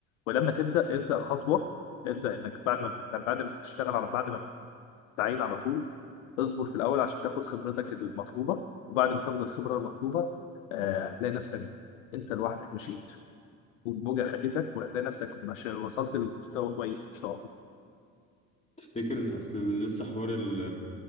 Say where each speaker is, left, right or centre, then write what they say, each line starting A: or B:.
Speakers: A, on the left; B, on the left.
A: ولما تبدا ابدا خطوه ابدا انك بعد ما بتت- بعد ما تشتغل على بعد ما تتعين على طول اصبر في الاول عشان تاخد خبرتك المطلوبه وبعد ما تاخد الخبره المطلوبه آه، هتلاقي نفسك انت لوحدك مشيت والموجه خدتك وهتلاقي نفسك مش وصلت لمستوى كويس ان شاء الله
B: تفتكر اصل لسه حوار ال